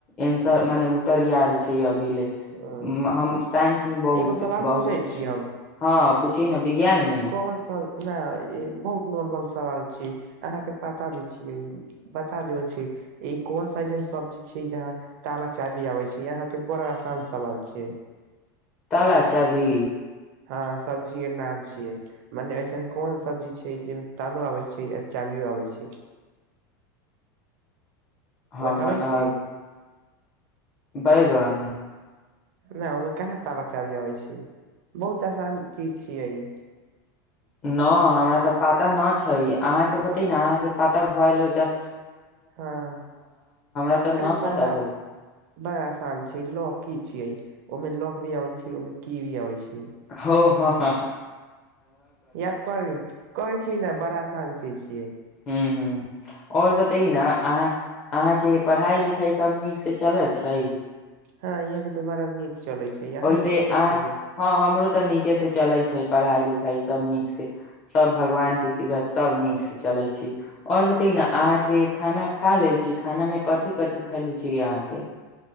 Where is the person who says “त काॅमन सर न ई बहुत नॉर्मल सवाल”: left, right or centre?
Right